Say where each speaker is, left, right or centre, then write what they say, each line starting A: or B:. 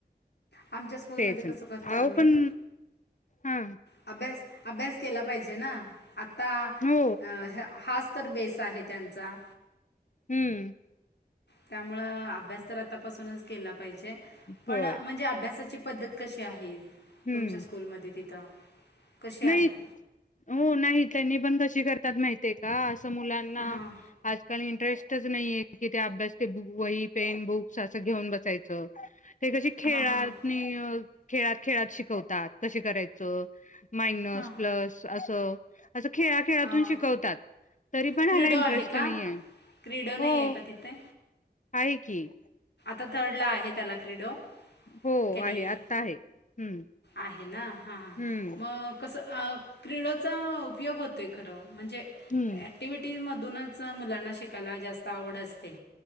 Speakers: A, on the left; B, on the left.
A: आमच्या स्कूलमध्ये
B: तेच
A: कस
B: ना
A: करतोय आम्ही
B: अहो पण हा
A: अभ्यास अभ्यास केला पाहिजे ना आता
B: हो
A: हा हा तर बेस आहे त्यांचा
B: हम्म
A: त्यामुळे अभ्यास तर आतापासूनच केला पाहिजे पण
B: होय
A: म्हणजे अभ्यासाची पद्धत कशी आहे
B: हम्म
A: तुमच्या स्कूलमध्ये तिथं कशी आहे
B: नाही हो नाही त्यांनी पण कशी करत त्यात माहिती का <unintelligible> मुलांना
A: हां
B: आजकाल इंटरेस्ट तरच नाहीय कि ते अभ्यास ते वही पेन बुक्स असं घेऊन बसायचं ते कशी खेळात
A: हां हां
B: नाही खेळात खेळात शिकवतात कशी करायचं मायनस
A: हां
B: प्लस असं असं खेळाखेळातून
A: हां
B: शिकवतात तरी पण
A: क्रीडो
B: ह्याला इंटरेस्ट
A: आहे का
B: नाही आहे
A: क्रीडो नाही
B: हो
A: आहे का तिथे
B: आहे की
A: थर्ड ला आहे त्याला क्रीडो
B: हो
A: का नाही आहे
B: आत्ता हम्म
A: आहे ना ह ह
B: हम्म
A: मग कस क्रीडचा उपयोग होतोय खर म्हणजे
B: हम्म
A: ऍक्टिव्हटी मधुनच मुलांना शिकायला जास्त आवड असते